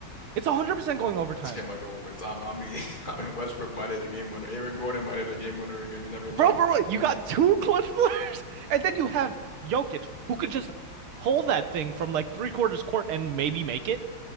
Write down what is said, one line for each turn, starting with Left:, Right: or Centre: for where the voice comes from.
Right: it's 100% going overtime.
Left: This game might go overtime. I mean, <laughs> I mean Westbrook might hit a game winner. Aaron Gordon might hit a game winner again. You never know,
Right: Bro, bro, bro, you got two <laughs> clutch players, and then you have Jokic, who could just pull that thing from like three quarters court and maybe make it.